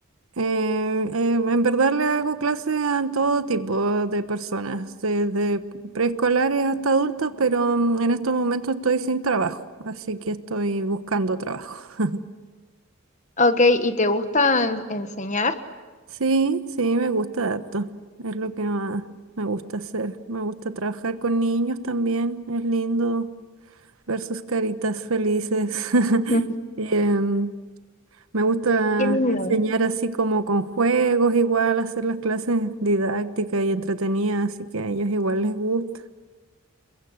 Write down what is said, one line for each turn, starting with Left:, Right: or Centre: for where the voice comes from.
Right: Eh, eh, en verdad le hago clases a todo tipo de personas, desde preescolares hasta adultos, pero mm, en estos momentos estoy sin trabajo, así que estoy buscando trabajo. <laughs>
Left: Ok, ¿y te gusta en- enseñar?
Right: Sí, sí, me gusta harto, es lo que más me gusta hacer. Me gusta trabajar con niños también, es lindo ver sus caritas felices. <laughs>
Left: <laughs>
Right: Y, Em, Me gusta
Left: Qué lindo.
Right: enseñar así como con juegos, igual hacer las clases didácticas y entretenidas, así que a ellos igual les gusta.